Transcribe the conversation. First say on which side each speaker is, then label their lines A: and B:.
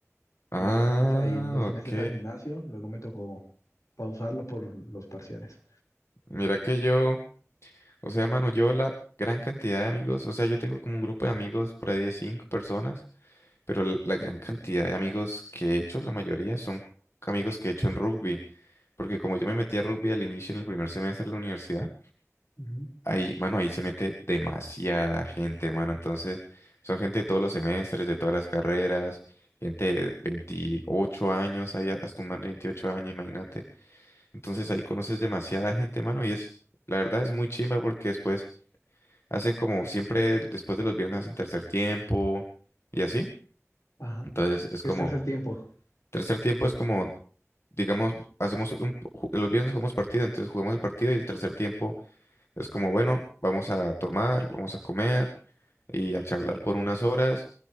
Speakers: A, on the left; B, on the left.
A: Ah,
B: Y empezamos a ir dos meses
A: ok.
B: al gimnasio. Luego me tocó pausarlo por los parciales.
A: Mira que yo. O sea, mano, yo la gran cantidad de amigos, o sea, yo tengo como un grupo de amigos por ahí de cinco personas, pero la, la gran cantidad de amigos que he hecho, la mayoría son amigos que he hecho en rugby, porque como yo me metí a rugby al inicio en el primer semestre de la universidad,
B: Ujú.
A: ahí, mano, ahí se mete demasiada gente, mano, entonces son gente de todos los semestres, de todas las carreras, gente de 28 años, ahí hasta un man de 28 años, imagínate, entonces ahí conoces demasiada gente, mano, y es, la verdad es muy chimba porque después Hacen como siempre, después de los viernes hacen tercer tiempo y así.
B: Ajá.
A: Entonces
B: ¿Qué
A: es como,
B: es tercer tiempo?
A: tercer tiempo es como, digamos, hacemos un, ju- los viernes jugamos partido, entonces jugamos el partido y el tercer tiempo es como, bueno, vamos a tomar, vamos a comer y a charlar por unas horas.